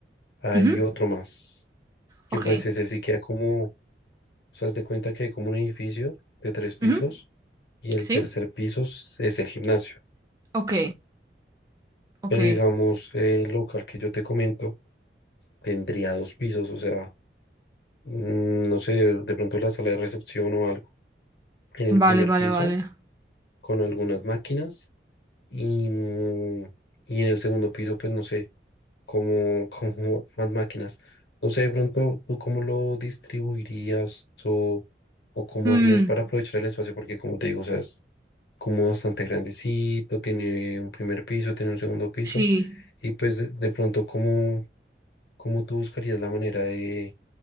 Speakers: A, on the left; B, on the right.
A: hay
B: Ujú.
A: otro más, que
B: Ok.
A: pues ese sí queda como, o sea, haz de cuenta que hay como un edificio de tres pisos
B: Ujú.
A: y el
B: Sí.
A: tercer piso s- es el gimnasio.
B: Ok. Ok.
A: Pero digamos, el local que yo te comento tendría dos pisos, o sea, mm, no sé, de pronto la sala de recepción o algo. En el
B: Vale,
A: primer
B: vale,
A: piso,
B: vale.
A: con algunas máquinas y, mm, y en el segundo piso, pues no sé. como, como más máquinas. No sé, de pronto, ¿tú cómo lo distribuirías o, o cómo
B: Mm,
A: harías para aprovechar el espacio? Porque como te digo, o sea, es como bastante grandecito, tiene un primer piso, tiene un segundo piso,
B: sí.
A: y pues de, de pronto, ¿cómo, cómo tú buscarías la manera de,